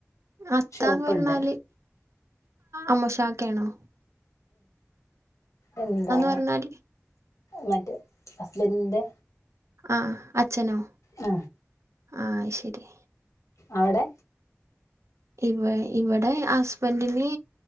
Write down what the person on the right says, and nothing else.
അത്താന്ന്
പറഞ്ഞാലെ അമോഷാ ക്കയാണോ
പറഞ്ഞാല്
ആ അച്ഛനോ
അത് ശരി
ഇവ ഇവിടെ ഹസ്ബന്റിന്